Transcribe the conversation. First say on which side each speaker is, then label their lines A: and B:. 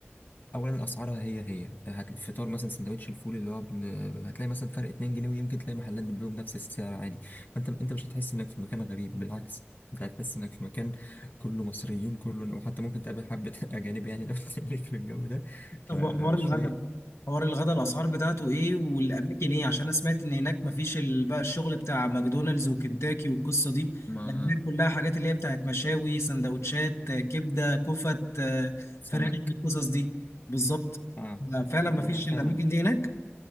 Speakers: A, on the left; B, on the left.
A: اولا اسعارها هي هي هتلاقي فطار مثلا سندوتش الفول اللي هو بن... هتلاقي مثلا فرق 2 جنيه ويمكن تلاقي محلات بتبيعه بنفس السعر عادي فانت انت مش هتحس انك في مكان غريب بالعكس انت هتحس انك في مكان كله مصريين كله وحتى ممكن تقابل حبة <laughs> اجانب يعني لو تخليك في الجو ده
B: طب
A: آه
B: وحوار الغدا
A: شوية
B: حوار الغدا الاسعار بتاعته ايه والاماكن ايه عشان انا سمعت ان هناك مفيش ال- بقى الشغل بتاع ماكدونالدز وكنتاكي والقصه دي
A: ما
B: لان هناك كلها حاجات اللي هي بتاعت مشاوي سندوتشات آه، كبده كفت آه،
A: سمك
B: فراخ القصص دي بالظبط
A: اه
B: آه، فعلا مفيش
A: آه، فعلا
B: الاماكن دي هناك